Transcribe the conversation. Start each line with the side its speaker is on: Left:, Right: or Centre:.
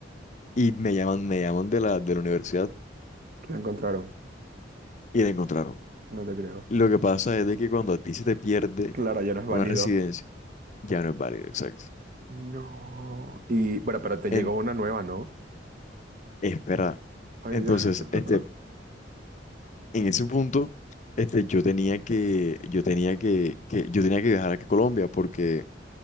Left: y me llaman, me llaman de la, de la universidad
Right: Lo encontraron.
Left: y la encontraron.
Right: No te creo.
Left: Lo que pasa es de que cuando a ti se te pierde
Right: Claro, ya no es válido.
Left: una residencia, ya no es válido, exacto.
Right: No. Y bueno, pero te
Left: En,
Right: llegó una nueva, ¿no?
Left: espera.
Right: Ay,
Left: Entonces,
Right: Dios. <laughs>
Left: este, en ese punto, este, yo tenía que, yo tenía que, que- yo tenía que viajar aquí a Colombia porque,